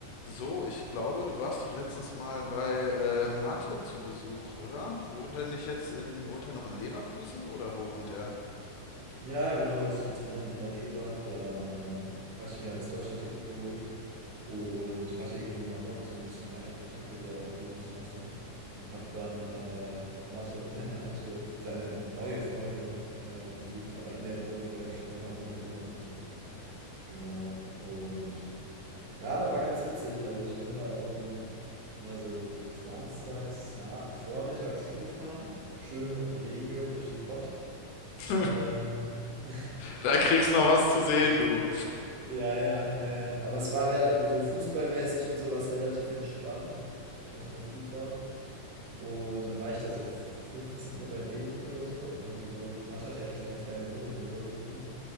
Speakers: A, on the left; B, on the right.
A: So, ich glaube, du warst doch letztens mal bei äh, Mathe zu Besuch, oder? Wohnt er nicht jetzt in, wohnt er noch in Leverkusen oder wo wohnt er?
B: Ja, genau, als ich jetzt wieder in NRW war, da äh, hatte ich mir ja das ticket geholt und hatte irgendwie mal Bock, so ein bisschen alte Kontakte wieder aufleben zu lassen und habe dann äh, Mathe und seine alte, seine neue Freundin äh, besucht, aber in der Wohnung, wo der auch schon länger wohnt, in Leverkusen. Genau. Und ja, war ganz witzig. Also ich bin da um, ich bin da so samstags nah, vormittags hingefahren, schön mit dem Regio durch den Pott.
A: <laughs>
B: Ähm, <laughs>
A: Da kriegst noch was zu sehen, du.
B: Ja, ja, ja, ja. Aber es war relativ, so fußballmäßig und sowas relativ entspannt, was ganz gut war. Und dann war ich da so 15 Uhr bei denen oder so. Und die wohnt, Matt hat ja eigentlich eine ganz geile Wohnung in Leverkusen.